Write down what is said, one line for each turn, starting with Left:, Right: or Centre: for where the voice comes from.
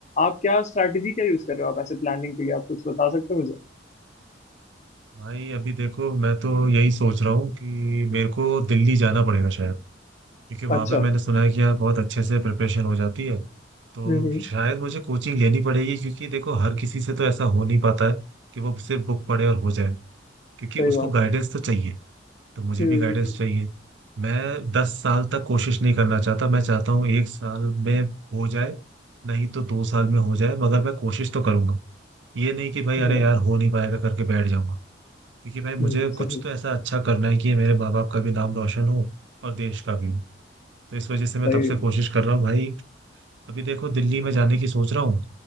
Left: आप क्या स्ट्रैटेजी क्या यूज कर रहे हो आप ऐसे प्लानिंग के लिए आप कुछ बता सकते हो मुझे
Right: भाई अभी देखो मैं तो यही सोच रहा हूँ कि मेरे को दिल्ली जाना पड़ेगा शायद क्योंकि वहाँ
Left: अच्छा
Right: पे मैंने सुना है कि यार बहुत अच्छे से प्रिपरेशन हो जाती है तो
Left: हम्म
Right: शायद मुझे कोचिंग लेनी पड़ेगी क्योंकि देखो हर किसी से तो ऐसा हो नहीं पाता है कि वो सिर्फ बुक पढ़े और हो जाए क्योंकि
Left: सही
Right: उसको
Left: बात
Right: गाइडेंस
Left: है
Right: तो चाहिए तो मुझे
Left: हम्म
Right: भी गाइडेंस चाहिए मैं दस साल तक कोशिश नहीं करना चाहता मैं चाहता हूँ एक साल में हो जाए नहीं तो दो साल में हो जाए मगर मैं कोशिश तो करूंगा ये नहीं कि भाई
Left: बढ़िया
Right: अरे यार हो नहीं पाएगा करके बैठ जाऊंगा क्योंकि भाई मुझे
Left: हम्म
Right: कुछ
Left: सही
Right: तो ऐसा अच्छा करना है कि मेरे माँ बाप का भी नाम रोशन हो और देश का भी तो इस वजह से मैं
Left: सही
Right: तब से
Left: है
Right: कोशिश कर रहा हूँ भाई अभी देखो दिल्ली में जाने की सोच रहा हूँ